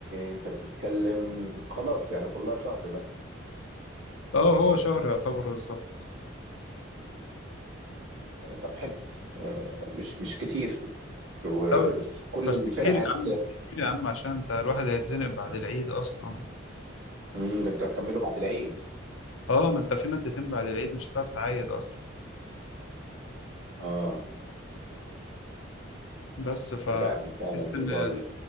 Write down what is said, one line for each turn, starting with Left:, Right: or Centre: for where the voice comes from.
Right: انت بتتكلم خلاص يعني كلها شهر مثلا
Left: اه هو شهر يعتبر بالظبط
Right: طب حلو آه، مش مش كتير وكل
Left: لا، بس
Right: الفرق
Left: كتير يا
Right: هت
Left: عم كتير يا عم عشان انت الواحد هيتزنق بعد العيد اصلا
Right: مم، ده انتوا هتكملوا بعد العيد
Left: اه ما انت في مادتين بعد العيد مش هتعرف تعيد اصلا
Right: اه
Left: بس فتحس
Right: ده فعلا فعلا
Left: ان
Right: موضوع